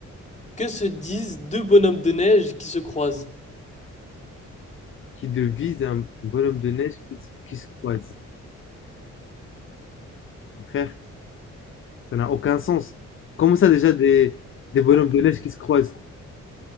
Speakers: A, on the left; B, on the left.
A: Que se disent deux bonhommes de neige qui se croisent?
B: Qui devise un bonhomme de neige qui, se- qui se croise. Frère, Ça n'a aucun sens. Comment ça déjà des, des bonhommes de neige qui se croisent?